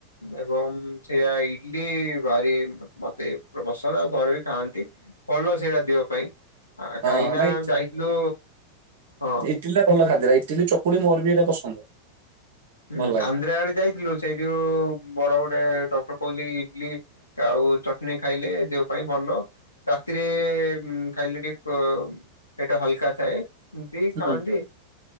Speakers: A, on the left; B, on the right.
A: ଏବଂ ସେଇଆ ଇଡଲି ଭାରି ମତେ ପସନ ଆଉ ଘରେ ବି ଖାଆନ୍ତି। ଭଲ ସେଇଟା ଦିହ ପାଇଁ। ଆ
B: ହଁ
A: କାହିଁକି
B: ହଁ
A: ନା
B: ନାଇଁ
A: ଯାଇଥିଲୁ ହଁ?
B: ଟିଲା ଭଲ ଖାଦ୍ୟ ଇଟିଲି ଚକୁଳି ମୋର ବି ଇଟା ପସନ୍ଦ।
A: ହୁଁ,
B: ଭଲ ଲାଗେ।
A: ଆନ୍ଧ୍ରା ଆଡେ ଯାଇଥିଲୁ। ସେଇଠି ବଡ ଗୋଟେ ଡଟର କହୁଥିଲ ଇଡଲି ଆଉ ଚଟଣି ଖାଇଲେ ଦେହ ପାଇଁ ଭଲ। ରାତିରେ ଖାଇକୁ ଟିକେ ପ ପେଟ ହାଲକା ଥାଏ। ଏତି
B: ହୁଁ
A: ଖାଆନ୍ତି